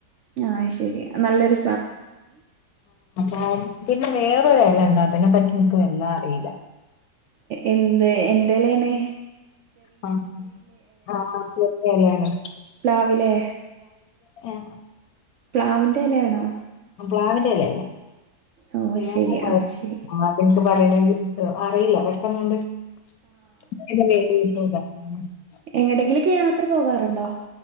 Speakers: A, on the right; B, on the left.
A: ആ ശെരി നല്ലൊരു
B: ആ പിന്നെ വേറൊരു ഇല ഉണ്ട അതിനെ പറ്റി എനക്ക് വല്ലാം അറിയില്ല
A: എന്ത് എന്തേലാണ്
B: അ ആ ശെരിയാലെ
A: പ്ലാവിലെ
B: <inaudible>
A: പ്ലാവിന്റെലേണോ?
B: പ്ലാവിന്റെലെല്ല
A: ഓ
B: <unintelligible>
A: ശരി അത് ശരി
B: പറിയ്ണതിഷ്ട്ടം അറീല്ല പെട്ടൊന്ന്ങ്ങണ്ട് <unintelligible>
A: എങ്ങണ്ടെങ്കിലൊക്കെ യാത്ര പോകാറുണ്ടോ?